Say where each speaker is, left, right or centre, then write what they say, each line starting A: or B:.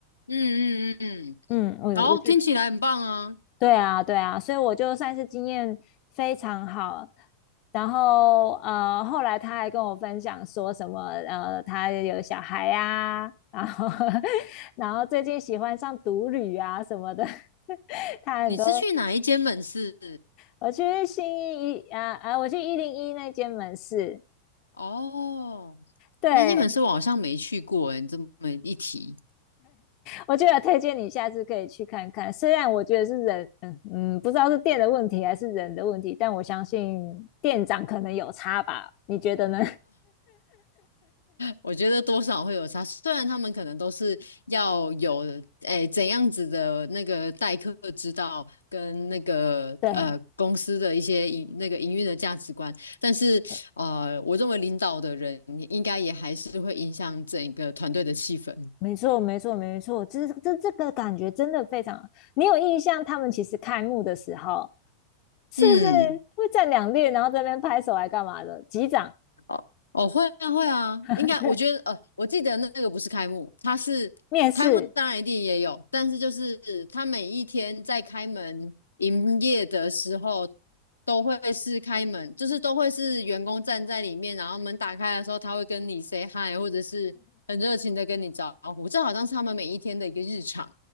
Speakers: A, on the left; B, on the left.
A: 嗯嗯嗯嗯，
B: 嗯，我我觉得
A: 然后听起来很棒啊。
B: 对啊，对啊，所以我就算是经验非常好。然后呃，后来他还跟我分享说什么呃，他有小孩呀、然后 <laughs> 然后最近喜欢上独旅啊什么的。<laughs> 他很多，
A: 你是去哪一间门市？
B: 我去新一一啊啊，我去一零一那间门市，
A: 哦，
B: 对，
A: 那间门市我好像没去过诶，你这么一提。
B: 我就得推荐你下次可以去看看。虽然我觉得是人，嗯嗯，不知道是店的问题还是人的问题，但我相信店长可能有差吧？你觉得呢？
A: 我觉得多少会有差，虽然他们可能都是要有诶怎样子的那个待客之道，跟那个呃公司的一些营那个营运的价值观，
B: 对
A: 但是呃，
B: 对，
A: 我认为领导的人应该也还是会影响整个团队的气氛。
B: 没错没错没错，这这这个感觉真的非常。你有印象，他们其实开幕的时候是不是会站两列，
A: 嗯。
B: 然后这边拍手来干嘛的？击掌，
A: 哦，哦，会啊，会啊，
B: <laughs>
A: 应该我觉得，
B: 对，
A: 呃，我记得那个不是开幕，它是开幕，
B: 面试，
A: 当然一定也有，但是就是他每一天在开门营业的时候，都会是开门，就是都会是员工站在里面，然后门打开的时候，他会跟你 say hi，或者是很热情的跟你招呼，这好像是他们每一天的一个日常。